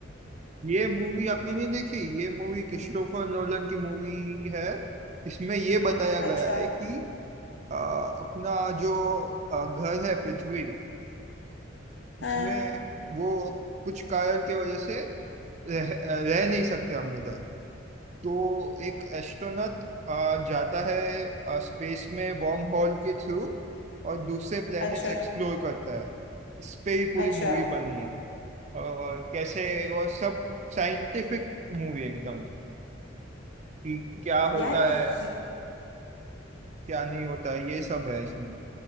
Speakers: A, on the right (about 35°); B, on the left (about 70°).
A: ये मूवी आपने नहीं देखी ये मूवी क्रिस्टोफर नोलन की मूवी है इसमें ये बताया गया
B: अच्छा
A: है कि अ, अपना जो अ, घर है पृथ्वी उसमें
B: हाँ
A: वो कुछ कारण की वजह से रह, रह नहीं सकते हम इधर तो एक एस्ट्रोनॉट जाता है स्पेस में वॉर्म हॉल के थ्रू और दूसरे प्लैनेट्स
B: अच्छा
A: एक्सप्लोर करता है इस पे ही पूरी
B: अच्छा
A: मूवी बनी है और कैसे और सब साइंटिफिक मूवी एकदम कि क्या
B: यार
A: होता है
B: ये-
A: क्या नहीं होता है ये सब है इसमें